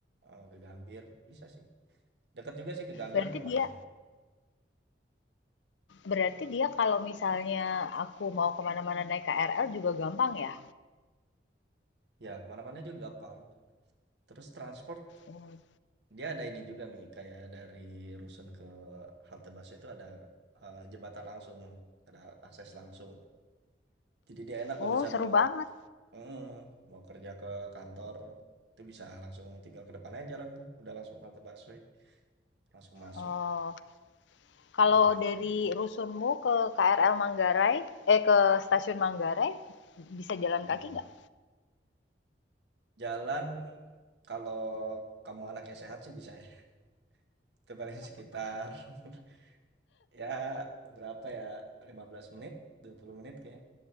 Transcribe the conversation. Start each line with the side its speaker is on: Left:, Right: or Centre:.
Right: eh, ke Gambir, bisa sih. Dekat juga sih ke Gambir
Left: Berarti
Right: lumayan.
Left: dia berarti dia kalau misalnya aku mau kemana-mana naik KRL juga gampang ya?
Right: Ya, kemana-mana juga gampang. Terus transport,
Left: mm.
Right: dia ada ini juga Mi, kayak dari Rusun ke halte bus itu ada eh, jembatan langsung, ada akses langsung. Jadi dia enak
Left: Oh,
Right: kalau misalnya
Left: seru
Right: mau
Left: banget.
Right: mm, mau kerja ke kantor, itu bisa langsung tinggal ke depan aja jalan tuh, udah langsung halte busway, langsung masuk.
Left: Oh, kalau
Right: Mhm,
Left: dari
Right: Enak sih.
Left: rusunmu ke KRL Manggarai, eh ke stasiun Manggarai bisa jalan
Right: mhm.
Left: kaki nggak?
Right: Jalan kalau kamu anaknya sehat sih bisa ya, <laughs> itu paling sekitar <laughs> ya berapa ya, 15 menit, 20 menit kayaknya.